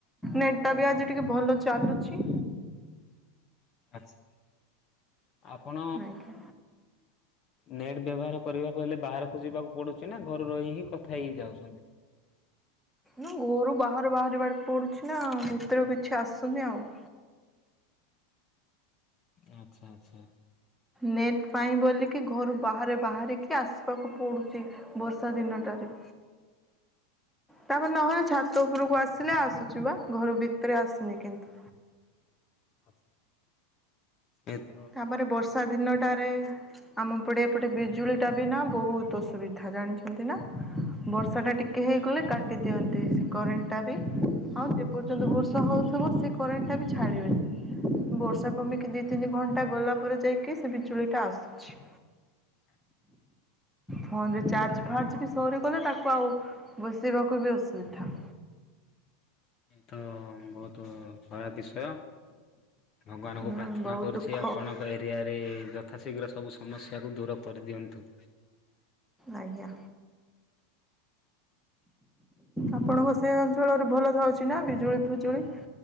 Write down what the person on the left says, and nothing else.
ଆଚ୍ଛା ଆପଣ
ନେଟ୍ ବ୍ୟବହାର କରିବାକୁ ହେଲେ ବାହାରକୁ ଯିବାକୁ ପଡୁଛି ନା ଘରୁ ରହି ହିଁ କଥା ହେଇ ଯାଉଛନ୍ତି।
ଆଚ୍ଛା ଆଚ୍ଛା।
ଆ <unintelligible>
ଆଚ୍ଛା।
ଏ ତ ବହୁତ ଦୁଃଖର ବିଷୟ ଭଗବାନ୍ <unintelligible>
ପ୍ରାର୍ଥନା
କରୁଛି
ଆପଣ ତା ଏରିଆରେ ଯଥାଶୀଘ୍ର ସବୁ ସମସ୍ୟାକୁ ଦୂର କରିଦିଅନ୍ତୁ।
ଆଉ